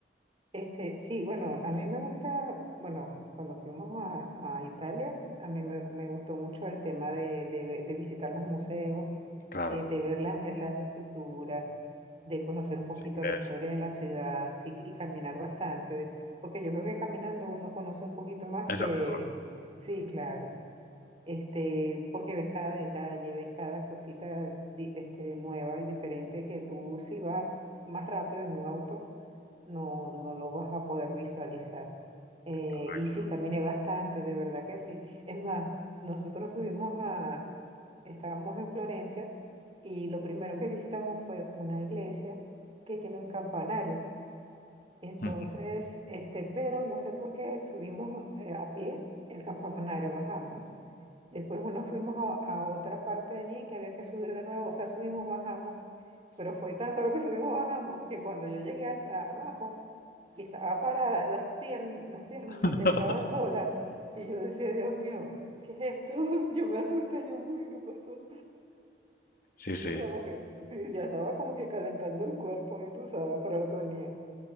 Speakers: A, on the right; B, on the left.
A: Este, sí, bueno, a mí me gusta, bueno, cuando fuimos a, a Italia, a mí me, me gustó mucho el tema de, de, ve- de visitar los museos,
B: Claro,
A: eh, de ver las, las esculturas, de conocer un poquito
B: si quieres,
A: la historia de la ciudad, sí, y caminar bastante, porque yo creo que caminando uno conoce un poquito más
B: es
A: que,
B: lo mejor,
A: sí, claro, este, porque ves cada detalle, ves cada cosita, di- este, nueva y diferente que tú si vas más rápido en un auto no, no lo vas a poder visualizar. Eh,
B: correcto.
A: y sí, caminé bastante, de verdad que sí. Es más, nosotros subimos a, estábamos en Florencia y lo primero que visitamos fue una iglesia que tiene un campanario. Entonces,
B: Ujú.
A: este, pero no sé por qué subimos eh, a pie el campanario, bajamos. Después nos fuimos a, a otra parte de allí que había que subir de nuevo, o sea, subimos, bajamos pero fue tanto lo que subimos, bajamos, que cuando yo llegué al- a- abajo y estaba parada, las piernas, las piernas
B: <laughs>
A: me temblaban solas. Y yo decía, Dios mío, ¿qué es esto? <laughs> Yo me asusté, yo, "Uy, ¿qué pasó?
B: Sí,
A: O
B: sí,
A: sea, porque sí, ya estaba como que calentando el cuerpo y tú sabes para lo que venía